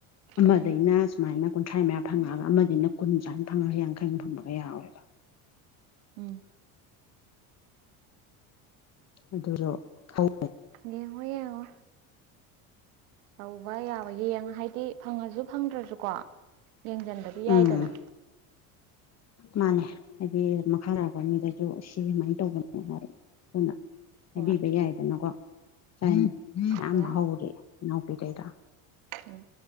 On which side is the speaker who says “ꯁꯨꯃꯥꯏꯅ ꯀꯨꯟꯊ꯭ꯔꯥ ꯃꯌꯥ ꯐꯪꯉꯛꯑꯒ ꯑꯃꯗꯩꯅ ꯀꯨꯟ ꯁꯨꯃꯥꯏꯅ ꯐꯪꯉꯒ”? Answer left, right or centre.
Left